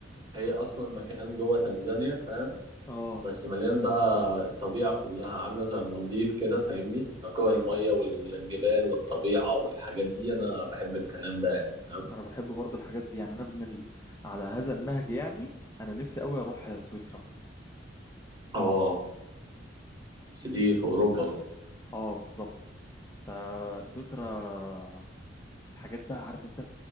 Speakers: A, on the right; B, on the left.
A: هي اصلا مكان جوه تنزانيا فاهم
B: اه
A: بس مليان بقى الطبيعه كلها عامله زي المالديف كده فاهمني نقاء
B: ايوه
A: الميه
B: ايوه
A: والجبال والطبيعه والحاجات دي انا بحب الكلام ده يعني فاهم
B: انا بحب برضو الحاجات دي يعني انا من ال... على هذا النهج يعني انا نفسي قوي اروح سويسرا
A: اه بس دي في اوروبا بقى
B: اه بالظبط فسويسرا الحاجات بقى عارف انت